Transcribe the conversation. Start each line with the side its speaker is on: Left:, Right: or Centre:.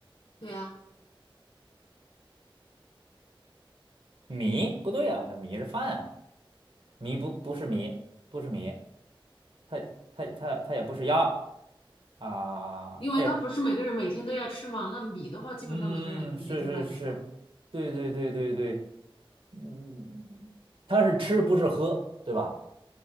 Left: 对呀、
Right: 米不对啊，那米是饭啊，米不不是米，不是米，它它它它也不是药啊，
Left: 因为它不是每个人每天都要吃嘛，
Right: 它也。
Left: 那米的话基本上每个人每天都要吃嘛，
Right: 嗯，是是是，对对对对对，嗯，它是吃不是喝，对吧？